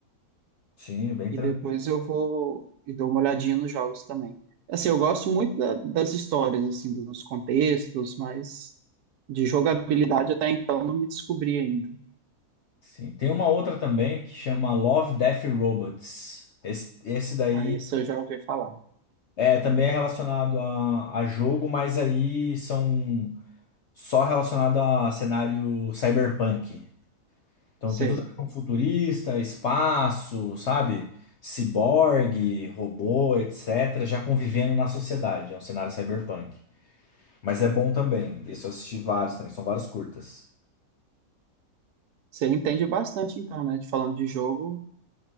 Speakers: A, on the left; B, on the right.
A: sim, bem
B: E
A: tranquilo.
B: depois eu vou e dou uma olhadinha nos jogos também. Assim, eu gosto muito da- das histórias, assim, dos contextos, mas de jogabilidade até então não me descobri ainda.
A: Sim. Tem uma outra também que chama Love, Death e Robots. Esse, esse daí.
B: Aí esse eu já ouvi falar.
A: É, também é relacionado a, a jogo, mas aí são só relacionado a cenário cyberpunk. Então
B: Sei.
A: tem tudo a ver com futurista, espaço, sabe? Ciborgue, robô, etc. Já convivendo na sociedade. É um cenário cyberpunk. Mas é bom também. Esse eu assisti vários também, são vários curtas.
B: Você entende bastante então, né? De falando de jogo,